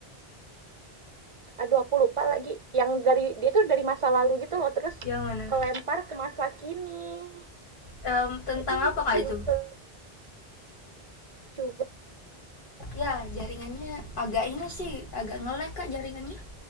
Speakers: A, on the right; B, on the left.
A: Aduh aku lupa lagi. Yang dari, dia tuh dari masa lalu gitu loh. Terus
B: yang mana
A: kelempar ke masa kini.
B: Em, tentang
A: Itu
B: apa kak
A: juga
B: itu
A: lucu banget.
B: ya jaringannya agak ini sih agak ngelek kak jaringannya